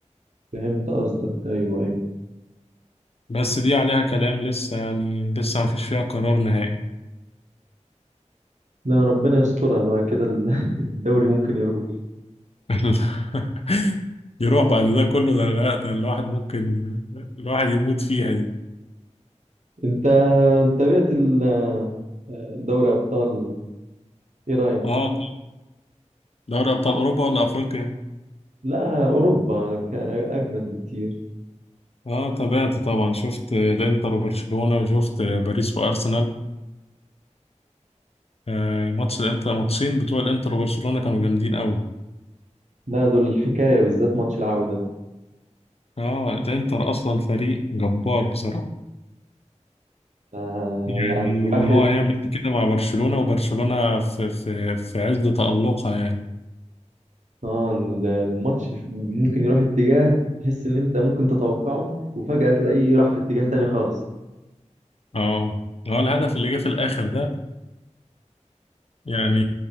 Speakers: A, on the right (about 75°); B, on the left (about 55°).
A: فهمت قصدك ايوه ايوه
B: بس دي عليها كلام لسه يعني لسه ما فيش فيها قرار نهائي
A: لا ربنا يسترها بقى كده ال- <laughs> الدوري ممكن يروح
B: <laughs> يروح بعد ده كله ده لا ده الواحد ممكن الواحد يموت فيها دي
A: انت تابعت ال- آه، دوري ابطال ايه رايك
B: اه طب دوري ابطال اوروبا ولا افريقيا
A: لا أوروبا ك- أجمد بكتير
B: اه تابعت طبعا شفت الانتر وبرشلونة وشفت باريس وارسنال آه، ماتش الانتر ماتشين بتوع الانتر وبرشلونة كانوا جامدين قوي
A: لا دول الحكاية بالذات ماتش العودة
B: اه الانتر اصلا فريق جبار بصراحة
A: ده
B: يعني
A: يعني الواحد
B: ان هو هيعمل كده مع برشلونة وبرشلونة في في في عز تألقها يعني
A: آه الماتش ممكن يروح اتجاه تحس إن أنت ممكن تتوقعه وفجأة تلاقيه راح في اتجاه تاني خالص
B: اه هو الهدف اللي جه في الاخر ده يعني